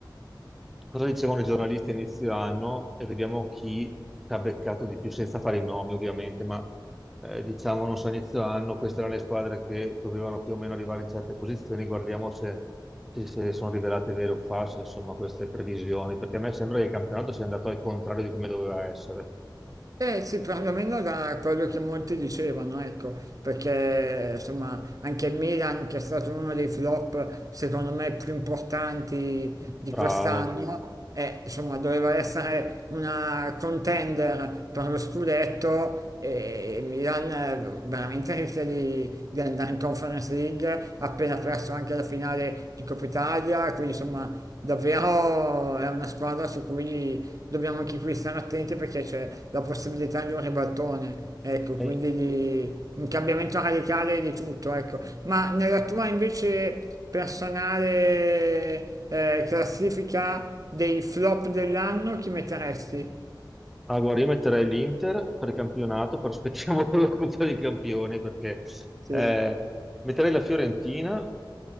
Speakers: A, in the centre; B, on the right.
A: cosa dicevano i giornalisti a inizio anno e vediamo chi ti ha beccato di più, senza fare i nomi ovviamente, ma eh, diciamo, non so, a inizio anno queste erano le squadre che dovevano più o meno arrivare in certe posizioni, guardiamo se, se- se sono rivelate vere o false, insomma, queste previsioni, perché a me sembra che il campionato sia andato al contrario di come doveva essere.
B: Eh sì, perlomeno da quello che molti dicevano, ecco, perché insomma anche il Milan, che è stato uno dei flop secondo me più importanti di
A: Bravo.
B: quest'anno, eh, insomma doveva essere una contender per lo scudetto e il Milan eh, veramente rischia di, di andare in Conference League, ha appena perso anche la finale di Coppa Italia, quindi insomma davvero è una squadra su cui Dobbiamo anche qui stare attenti perché c'è la possibilità di un ribaltone, ecco,
A: Eh,
B: quindi di un cambiamento radicale di tutto, ecco. Ma nella tua invece personale eh, classifica dei flop dell'anno chi metteresti?
A: ah, guarda, io metterei l'Inter per campionato, però aspettiamo <laughs> la Coppa dei Campioni, perché
B: Sì,
A: eh, metterei la Fiorentina